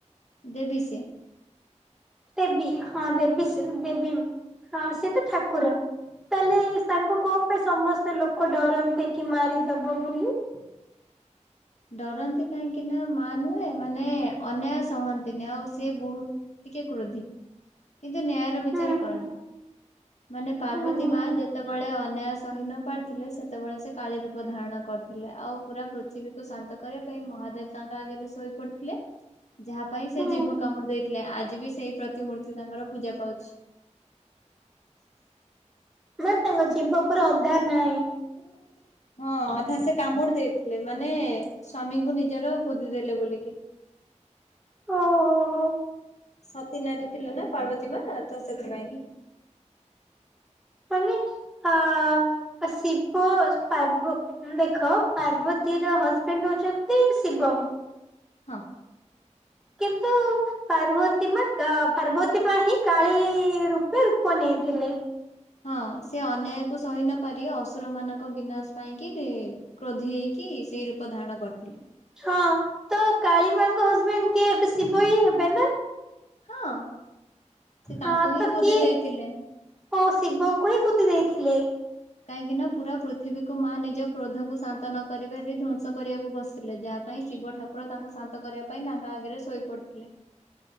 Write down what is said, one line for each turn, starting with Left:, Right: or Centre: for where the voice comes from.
Left: ଦେବୀ ସିଏ।
Centre: ଦେବୀ ହଁ ଦେବୀ ସେ ଦେବୀ ହଁ ସେ ତ ଠାକୁର। ତାହେଲେ ତାଙ୍କୁ କଣ ପାଇଁ ସମସ୍ତେ ଲୋକ ଡରନ୍ତି କି ମାରିଦବ ବୋଲି।
Left: ଡରନ୍ତି କାହିଁକି ନା ମା ନୁହେଁ ମାନେ ଅନ୍ୟାୟ ସହନ୍ତିନି ଆଉ ସିଏ ବହୁତ। ଟିକେ କ୍ରୋଧୀ। କିନ୍ତୁ ନ୍ୟାୟର ବିଚାର
Centre: ହୁଁ
Left: କରନ୍ତି
Centre: ହୁଁ
Left: ମାନେ ପାର୍ବତୀ
Centre: ହୁଁ ହୁଁ
Left: ମା
Centre: ହୁଁ
Left: ଯେତେବେଳେ ଅନ୍ୟାୟ ସ ସହି ନ ପାରୁଥିଲେ ସେତେବେଳେ ସେ କାଳୀ ରୂପ ଧାରଣ କରିଥିଲେ ଆଉ ପୁରା ପୃଥିବୀ। କୁ ଶାନ୍ତ କରିବା ପାଇଁ ମହାଦେବ ତାଙ୍କ ଆଗରେ ଶୋଇ ପଡିଥିଲେ। ଯାହା ପାଇଁ ସେ
Centre: ହୁଁ
Left: ଜିଭ କାମୁଡି ଦେଇଥିଲେ ଆଜି ବି ସେଇ ପ୍ରତି ପ୍ରତିମୂର୍ତ୍ତି ତାଙ୍କର ପୂଜା ପାଉଛି।
Centre: ନା ତାଙ୍କ ଜୀବ ପୁରା ଅଧା ନାଇଁ।
Left: <unintelligible> ହଁ ଅଧା ସେ କାମୁଡି ଦେଇଥିଲେ ମାନେ ସ୍ଵାମୀଙ୍କୁ ନିଜର କୁଦି ଦେଲେ ବୋଲିକି।
Centre: ଓହୋ ହୋ।
Left: ସତୀ ନାରୀ ଥିଲେ ନା ପାର୍ବତୀ ମା ତ ସେଥିପାଇଁ କି।
Centre: ମାନେ ଆ ଶିବ ପାର୍ବ ମାନେ ଦେଖ ପାର୍ବତୀ ର ହଜବେଣ୍ଡ ହଉଛନ୍ତି ଶିବ।
Left: ହଁ।
Centre: କିନ୍ତୁ ପାର୍ବତୀ ମା କା ପାର୍ବତୀ ମା ହିଁ କାଳୀ ରୂପେ ରୂପ ନେଇଥିଲେ।
Left: ହଁ ସେ ଅନ୍ୟାୟକୁ ସହି ନ ପାରି ଅସୁର ମାନଙ୍କ ବିନାଶ ପାଇଁ କି। କ୍ରୋଧି ହେଇକି ସେଇ ରୂପ ଧାରଣ କରିଥିଲେ।
Centre: ହଁ ତ କାଳୀ ମା ଙ୍କ ହଜବେଣ୍ଡ କିଏ ଏବେ ଶିବ ହିଁ ହେବେ ନା।
Left: ହଁ। ସେ
Centre: ହଁ
Left: ତାଙ୍କୁ ହିଁ
Centre: ତ
Left: କୁଦି
Centre: କିଏ
Left: ଦେଇଥିଲେ।
Centre: ଓ ଶିବଙ୍କୁ ହିଁ କୁଦି ଦେଇଥିଲେ।
Left: କାହିଁକି ନା ପୁରା ପୃଥିବୀକୁ ମା ନିଜ କ୍ରୋଧକୁ ଶାନ୍ତ ନ କରିବାରେ ଧ୍ଵଂସ କରିବାକୁ ବସିିଲେ ଯାଅ ପାଇଁ ଶିବ ଠାକୁର ତାଙ୍କୁ ଶାନ୍ତ କରିବା ପାଇଁ ତାଙ୍କ ଆଗରେ ଶୋଇ ପଡିଥିଲେ।